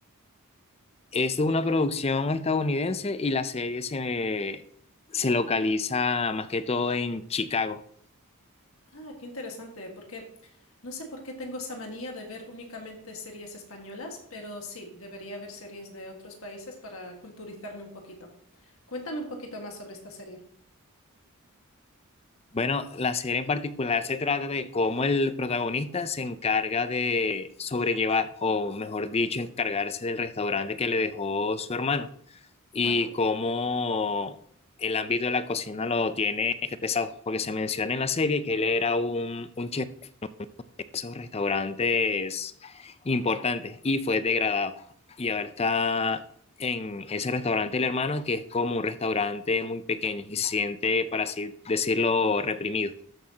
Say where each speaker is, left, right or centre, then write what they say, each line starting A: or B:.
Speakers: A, on the left; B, on the left.
A: Es una producción estadounidense y la serie se, se localiza más que todo en Chicago.
B: Ah, qué interesante, porque no sé por qué tengo esa manía de ver únicamente series españolas, pero sí, debería ver series de otros países para culturizarme un poquito. Cuéntame un poquito más sobre esta serie.
A: Bueno, la serie en particular se trata de cómo el protagonista se encarga de sobrellevar, o mejor dicho, encargarse del restaurante que le dejó su hermano y
B: Ajá.
A: cómo el ámbito de la cocina lo tiene este pesado, porque se menciona en la serie que él era un, un chef de esos restaurantes importantes y fue degradado. Y ahora está en ese restaurante el hermano, que es como un restaurante muy pequeño y se siente, para así decirlo, reprimido.